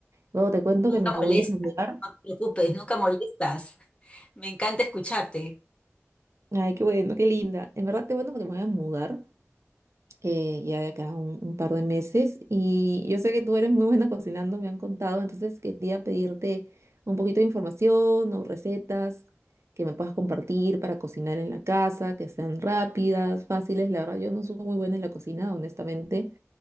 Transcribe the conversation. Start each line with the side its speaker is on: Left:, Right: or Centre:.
Right: luego te cuento
Left: Nunca
Right: que me voy
Left: molestas,
Right: a mudar.
Left: no te preocupes, nunca molestas. Me encanta escucharte.
Right: Ay, qué bueno, qué linda. En verdad te cuento porque me voy a mudar eh, ya de acá un, un par de meses y yo sé que tú eres muy buena cocinando, me han contado, entonces quería pedirte un poquito de información o recetas que me puedas compartir para cocinar en la casa, que sean rápidas, fáciles. La verdad, yo no soy muy buena en la cocina, honestamente.